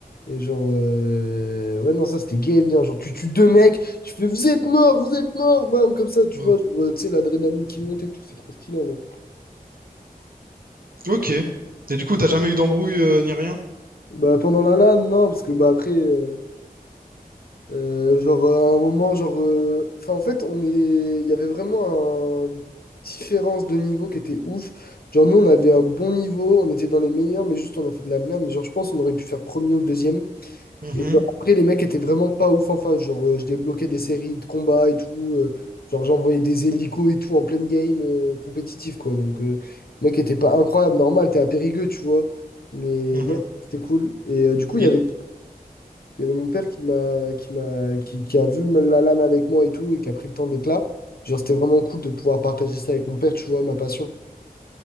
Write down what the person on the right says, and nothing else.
Ouais.
Ok. Et du coup, t'as jamais eu d'embrouille euh, ni rien?
Mhm,
mhm.
Et-